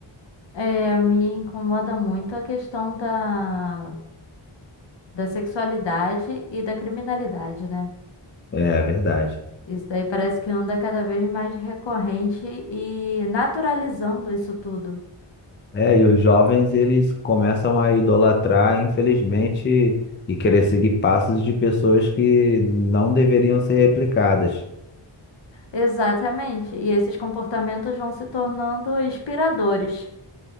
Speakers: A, on the left; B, on the left.
A: É, me incomoda muito a questão da, da sexualidade e da criminalidade, né?
B: É verdade.
A: Isso daí parece que anda cada vez mais recorrente e naturalizando isso tudo.
B: É, e os jovens eles começam a idolatrar, infelizmente, e querer seguir passos de pessoas que não deveriam ser replicadas.
A: Exatamente. E esses comportamentos vão se tornando inspiradores.